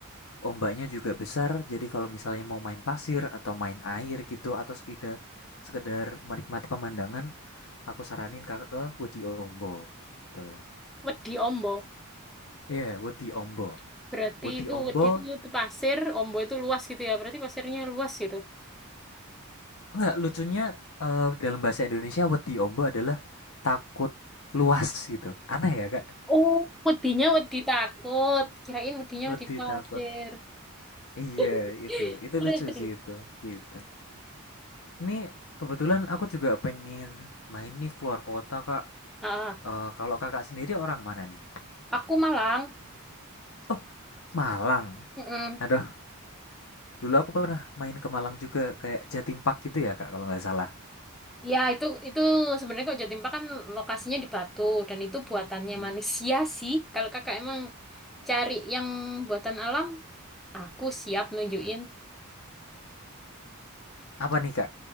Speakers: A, on the left; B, in the centre.
A: ombaknya juga besar jadi kalau misalnya mau main pasir atau main air gitu atau sekedar sekedar menikmati pemandangan aku saranin kakak ke Wedi Ombo gitu
B: Wedi Ombo.
A: Iya, Wedi Ombo
B: Berarti
A: Wedi
B: itu
A: Ombo
B: wedi itu, itu pasir, ombo itu luas gitu ya. Berarti pasirnya luas gitu.
A: Enggak, lucunya eh, dalam bahasa Indonesia wedi ombo adalah takut luas gitu. Aneh ya, Kak?
B: Oh, wedinya wedi takut. Kirain wedinya
A: Wedi
B: wedi pasir.
A: takut. Iya,
B: <laughs>
A: itu. Itu
B: Terus,
A: lucu
B: terus.
A: sih itu. Gitu. Ini kebetulan aku juga pengen main nih keluar kota, Kak.
B: Ah,
A: Eh, kalau Kakak sendiri orang mana nih?
B: aku Malang.
A: Oh, Malang.
B: Mm-mm.
A: Aduh, dulu aku pernah main ke Malang juga kayak Jatim Park gitu ya, Kak, kalau nggak salah.
B: Ya, itu itu sebenarnya kok Jatimpa kan lokasinya di Batu dan itu buatannya
A: Hmm.
B: manusia sih. Kalau kakak emang cari yang buatan alam, aku siap nunjukin.
A: Apa nih, Kak?